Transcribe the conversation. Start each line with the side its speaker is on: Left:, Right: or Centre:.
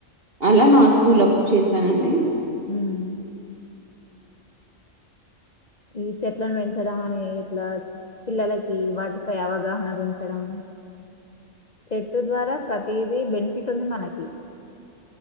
Right: అలా నా స్కూల్ అప్పుడు చేశానండి
Left: ఉం ఈ చెట్లను పెంచడం అని ఇట్లా పిల్లలకి వాటిపై అవగాహన పెంచడం చెట్టు ద్వారా ప్రతిది బెనిఫిట్ ఉంది మనకి